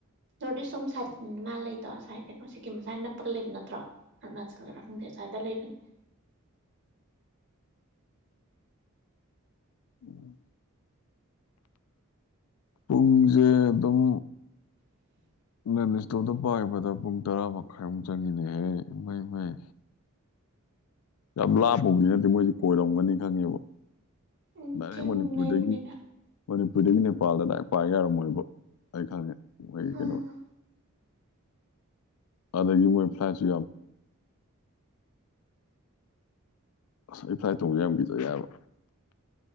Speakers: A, on the right; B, on the left.
A: ꯄꯔꯗ ꯁꯣꯝ ꯁꯥꯏꯠꯇꯅꯤꯅ ꯃꯥ ꯂꯩꯗꯣ ꯑ ꯉꯁꯥꯏ ꯀꯩꯅꯣ ꯁꯤꯀꯤꯝ ꯁꯁꯥꯏ ꯅꯞꯄꯒ ꯂꯩꯕ ꯅꯠꯇ꯭ꯔꯣ ꯑꯔꯨꯅꯥꯆꯜ ꯈꯔ ꯈꯪꯗꯦ ꯁꯁꯋꯥꯏꯗ ꯂꯩꯕꯅꯤ <inaudible>
B: ꯎꯝ ꯄꯨꯡꯁꯦ ꯑꯦ ꯑꯗꯨꯝ
A: <inaudible>
B: ꯅꯪ ꯏꯁꯇꯣꯔꯗ ꯄꯥꯕꯗ ꯄꯨꯡ ꯇꯔꯥ ꯃꯈꯥꯏꯃꯨꯛ ꯆꯪꯉꯤꯅꯦꯍꯦ ꯃꯩ ꯃꯩ ꯌꯥꯝ ꯂꯥꯞꯄꯕꯨꯗꯤ ꯅꯠꯇꯦ ꯃꯣꯏꯗꯤ ꯀꯣꯏꯔꯝꯒꯅꯤ ꯈꯪꯉꯦꯕ
A: ꯎꯝ ꯆꯤꯡ
B: ꯔ ꯃꯅꯤꯗꯒ
A: ꯅꯨꯡ ꯂꯩꯕꯅꯤꯅ
B: ꯃꯅꯤꯄꯨꯔꯗꯒꯤ ꯅꯦꯄꯥꯜꯗ ꯂꯗꯥꯏ ꯄꯥꯏꯒ ꯌꯥꯔꯝꯃꯣꯏꯕ ꯑꯩ ꯈꯪꯉꯦ ꯃꯣꯏꯒꯤ
A: ꯑꯥ
B: ꯀꯩꯅꯣ ꯑꯗ ꯃ ꯐ꯭ꯂꯁꯤ ꯑꯁ ꯏꯐ ꯏꯊꯣꯡꯁ ꯌꯥꯝ ꯄꯤꯖ ꯌꯥꯕ